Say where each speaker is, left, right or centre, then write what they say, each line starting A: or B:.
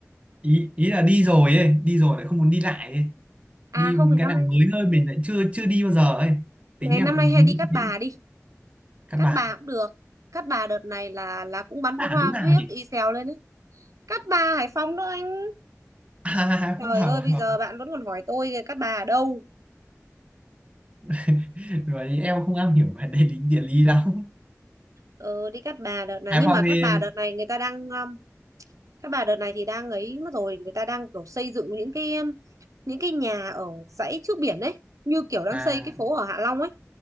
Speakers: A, on the right; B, on the right.
A: ý ý là đi rồi ấy đi rồi lại không muốn đi lại ấy
B: à
A: đi
B: không
A: những
B: thì
A: cái
B: năm
A: nào
B: nay
A: mới hơn mình lại chưa chưa đi bao giờ ấy tính
B: này
A: em
B: năm
A: cũng
B: nay hay đi
A: như
B: Cát
A: thế.
B: Bà đi
A: căn
B: Cát
A: bà
B: Bà cũng được Cát Bà đợt này là là cũng bắn
A: làm
B: pháo hoa
A: chỗ nào
B: huyếc
A: nhỉ
B: y xèo lên đấy Cát Bà Hải Phòng đó anh
A: <laughs> à,
B: trời
A: không hờ
B: ơi bây
A: không
B: giờ bạn vẫn còn hỏi tôi kìa, Cát Bà ở đâu
A: <laughs> rồi em không am hiểu về địa lý địa lý lắm
B: ờ, đi Cát Bà đợt này
A: Hải
B: nhưng
A: Phòng
B: mà Cát
A: thì
B: Bà đợt này người ta đang um, các bà đợt này thì đang ấy mất rồi người ta đang kiểu xây dựng những cái um, những cái nhà ở dãy trước biển đấy như kiểu đang
A: à
B: xây cái phố ở Hạ Long ấy